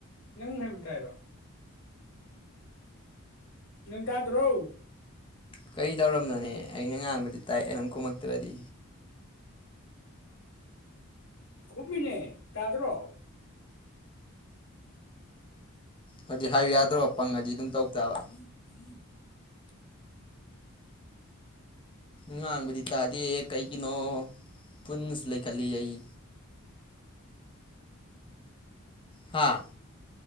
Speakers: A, on the left; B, on the left.
A: ꯅꯪ ꯍꯥꯏꯕ ꯇꯥꯏꯕ ꯅꯪ ꯇꯥꯗ꯭ꯔꯣ
B: ꯀꯩ ꯇꯧꯔꯕꯅꯣꯅꯦ ꯑꯩꯅ ꯉꯥꯡꯕꯗꯤ ꯇꯥꯏ ꯅꯪ ꯈꯨꯝꯃꯛꯇ꯭ꯔꯗꯤ
A: ꯈꯨꯝꯃꯤꯅꯦ ꯇꯥꯗ꯭ꯔꯣ
B: ꯑꯗꯨꯗꯤ ꯍꯥꯏꯌꯨ ꯌꯥꯗ꯭ꯔꯣ ꯄꯪꯉꯗꯤ ꯑꯗꯨꯝ ꯇꯧ
A: <unintelligible>
B: ꯇꯥꯕ ꯉꯥꯡꯕꯗꯤ ꯇꯥꯗꯦ ꯀꯩꯒꯤꯅꯣ ꯐꯨꯜꯗꯁꯨ ꯂꯩꯈꯠꯂꯤ ꯑꯩ ꯍꯥꯥ